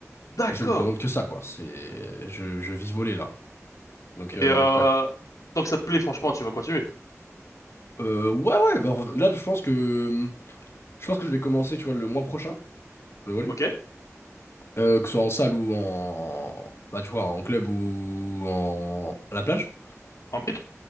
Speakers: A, on the left; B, on the left.
A: D'accord.
B: Je ne demande que ça, quoi. C'est... Je, je vis volley, là. Donc, euh,
A: Et euh,
B: donc ouais.
A: tant que ça te plaît, franchement, tu vas continuer.
B: Euh, ouais, ouais, bah, là, je pense que... Je pense que je vais commencer, tu vois, le mois prochain, le volley.
A: Ok?
B: Euh, que ce soit en salle ou en... Bah, tu vois, en club ou en... à la plage?
A: En plus,